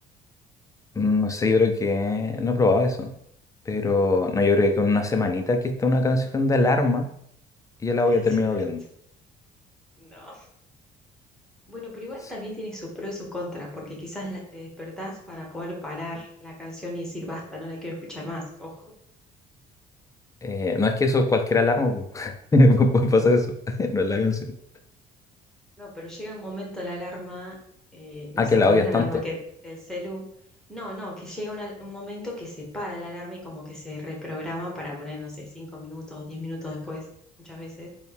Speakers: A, on the left; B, in the centre.
A: Mm. No sé, yo creo que no he probado eso. Pero no, yo creo que con una semanita que esté una canción de alarma, ya
B: <laughs>
A: la
B: Una
A: voy a terminar
B: semana.
A: odiando.
B: No. Bueno, pero igual
A: Sí.
B: también tiene sus pros y sus contras, porque quizás la- te despertás para poder parar la canción y decir basta, no la quiero escuchar más. Ojo.
A: Eh, no es que eso cualquier alarma, pu. <laughs> Puede pasar eso. <laughs> No es la canción.
B: No, pero llega un momento la alarma, eh, no
A: Ah,
B: sé,
A: que la
B: pones
A: odias
B: la alarma
A: tanto.
B: que del celu. No, no, que llega una- un momento que se para la alarma y como que se reprograma para poner, no sé, cinco minutos diez minutos después, muchas veces.